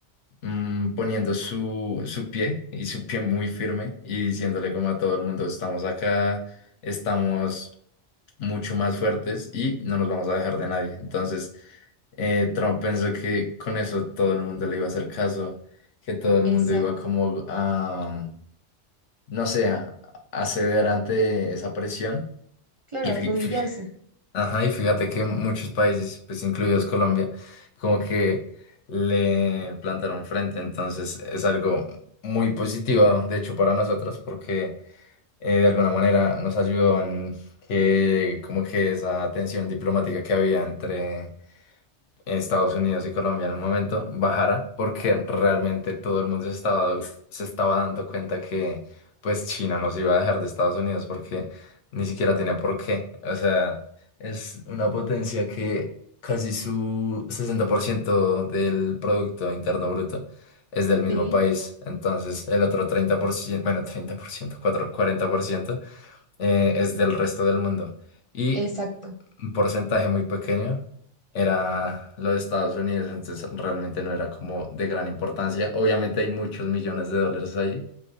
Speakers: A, on the left; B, on the right.
A: mm, poniendo su, su pie y su pie muy firme y diciéndole como a todo el mundo, estamos acá, estamos mucho más fuertes y no nos vamos a dejar de nadie. Entonces, eh, Trump pensó que con eso todo el mundo le iba a hacer caso, que todo el
B: exacto.
A: mundo iba como a, no sé, a, a ceder ante esa presión.
B: Claro,
A: Y, fí-
B: arrodillarse.
A: fí- Ajá, y fíjate que muchos países, pues incluidos Colombia, como que le plantaron frente. Entonces, es algo muy positivo, de hecho, para nosotros, porque eh, de alguna manera nos ayudó en que como que esa tensión diplomática que había entre Estados Unidos y Colombia en un momento bajara, porque realmente todo el mundo se estaba, se estaba dando cuenta que pues China nos iba a dejar de Estados Unidos porque ni siquiera tiene por qué. O sea, es una potencia que casi su 60% del Producto Interno Bruto es del mismo
B: Sí,
A: país. Entonces, el otro 30%, bueno, treinta por ciento cuatro cuarenta por ciento eh, es del resto del mundo. Y
B: exacto,
A: un porcentaje muy pequeño era lo de Estados Unidos, entonces realmente no era como de gran importancia. Obviamente hay muchos millones de dólares ahí,